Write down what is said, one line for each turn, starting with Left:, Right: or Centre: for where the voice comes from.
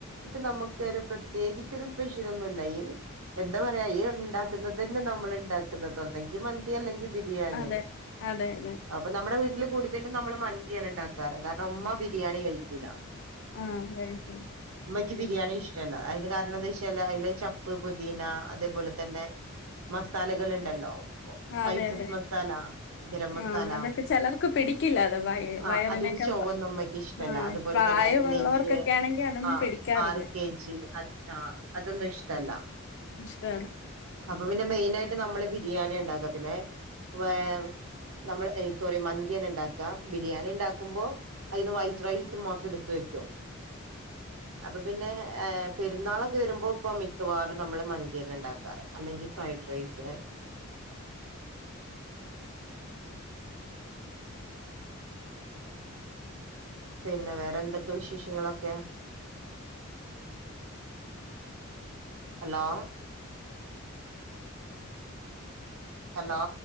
Right: നമ പ്രത്യേകിച്ച ഒരു സ്പെഷ്യൽ ഒന്നുമല്ല എന്താ പറയാ ഈ ഉണ്ടാക്കുന്നത് തന്നെ നമ്മൾ ഉണ്ടാക്കുന്നത്ണ്ടെങ്കിൽ മന്ി അല്ലെങ്കിൽ ബിരിയാണി
Left: അതെ അതെ അതെ
Right: അപ്പൊ നമ്മുടെ വീട്ടിൽ കൂടുതലും നമ്മ മ ബിരിയാണി ഉണ്ടാക്കാറ കാരണം ഉമ്മ ബിരിയാണി കഴിക്കൂലാണ്
Left: ആഹ കഴിക്കില്ല
Right: എക്ക് ബിരിയാണി ഇഷ്ടല്ല അതിന് കാരണം എന്താ വെച്ചാല് അതില് ചപ്പ് പുദീന അതേപോലെ തന്നെ മസാലകൾ ഉണ്ടല്ലോ സ്പൈസസ്
Left: അതെ അതെ
Right: മസാല ഗരം മസാല
Left: ആഹ് അതൊക്കെ ചിലർക്ക് പിടിക്കില്ല അത് വയ
Right: ആ
Left: വയറിനൊക്കെ
Right: അതിന്റെ ചവൊന്നും അമ്മയ്ക്ക് ഇഷ്ടമല്ല
Left: ആഹ്
Right: അതുപോലെ
Left: പ്രായമുള്ളവർക്കൊക്കെ
Right: തന്നെ നെയ്യ്
Left: ആണെങ്കി അതൊന്നും
Right: ആഹ
Left: പിടിക്കാറില്ല
Right: ആർ കെ ജി അ ആഹ അതൊന്നും ഇഷ്ടല്ല
Left: ഇഷ്ടല്ല
Right: അപ്പൊ പിന്നെ മെയിന ആയിട്ട് നമ്മള് ബിരിയാണി ഉണ്ടാക്ക പിന്നെ വേ നമ്മൾ സോറി മന്തിയേന ഉണ്ടാക്കാ ബിരിയാണി ഉണ്ടാക്കുമ്പോ അതിന് വൈറ്റ് റൈസും ഒക്കെ എടുത്ത വെക്കും അപ്പൊ പിന്നെ പെരുന്നാളൊക്കെ വരുമ്പോ ഇപ്പ മിക്കവാറും നമ്മള് മന്തിയന ഉണ്ടാക്കാറ് അല്ലെങ്കിൽ ഫ്രൈഡ് റൈസ് പിന്നെ വേറെ എന്തൊക്കെ വിശേഷങ്ങളൊക്കെ ഹലോ ഹലോ